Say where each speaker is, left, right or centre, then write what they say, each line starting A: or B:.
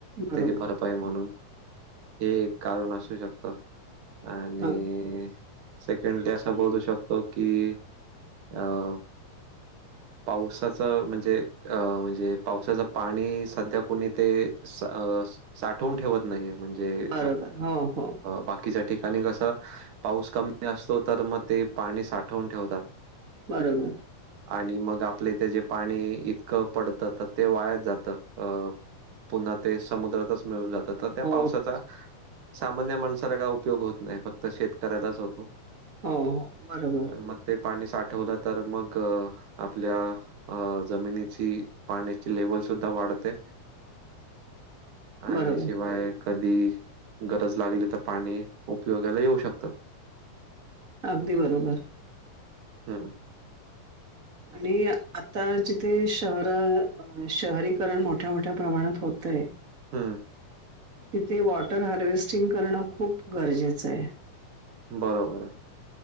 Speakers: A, on the right; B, on the right.
A: बरोबर.
B: त्यांची भरपाई म्हणूंन, हे एक कारणं अंसू शकतं. आणि..
A: हां,
B: सेकंडली असां बोलू शंकतो की, अं.. पावसाचं, म्हणजे अ म्हणजे पावसाचं पाणी संध्या कुणी ते साठवून ठेवतं नाहीं, म्हणजे
A: बरोबर. हो, हो.
B: बाकी काही ठिकाणीं कसं, पाऊस कमी असतों तरं मंग ते पाणी साठवून ठेवतांत.
A: बरोबर.
B: आणि मंग आपल्यां इथं जे पाणी इतकं पडतं, तरं ते वायांच जातं. अ पुन्हा ते समुद्रातच मिळून जातं तर त्या
A: हो,
B: पावसाचा
A: हो,
B: सामान्य माणसाला काय उपयोग उपयोग होत नाही फक्त शेतकऱ्यालाच होतो
A: हो. बरोबर,
B: तर मग ते पाणी साठ ठवलं तर मग आपल्या जमिनीची पाण्याची लेवल सुद्धा वाढ म ते आणि
A: बरोबर.
B: शिवाय कधी गरज लागली तर पाणी उपयोगाला येऊ शकतात.
A: अगदी बरोबर.
B: हम्म.
A: आणि आता जिथे शहर शहरीकरण मोठ्या मोठ्या प्रमाणात होतय
B: हम्म.
A: तिथे वॉटर हार्वेस्टिंग करणं खूप गरजेचं आहे.
B: बरोबर आहे.